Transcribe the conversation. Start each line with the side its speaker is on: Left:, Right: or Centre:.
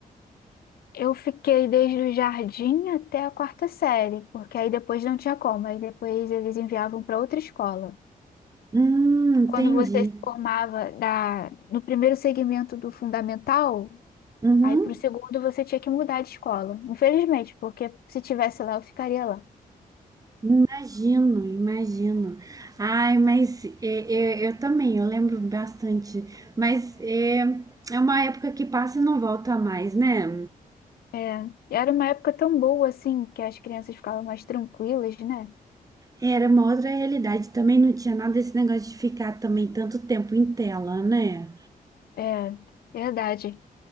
Left: Eu fiquei desde o jardim até a quarta série, porque aí depois não tinha como, aí depois eles enviavam para outra escola.
Right: Hum, entendi.
Left: Quando você se formava da, no primeiro segmento do fundamental,
Right: Uhum.
Left: aí para o segundo você tinha que mudar de escola. Infelizmente, porque se tivesse lá, eu ficaria lá.
Right: Imagino, imagino. Ai, mas é, é, eu também, eu lembro bastante. Mas é, é uma época que passa e não volta mais, né?
Left: É, era uma época tão boa assim, que as crianças ficavam mais tranquilas, né?
Right: Era uma outra realidade também, não tinha nada desse negócio de ficar também tanto tempo em tela, né?
Left: É, verdade.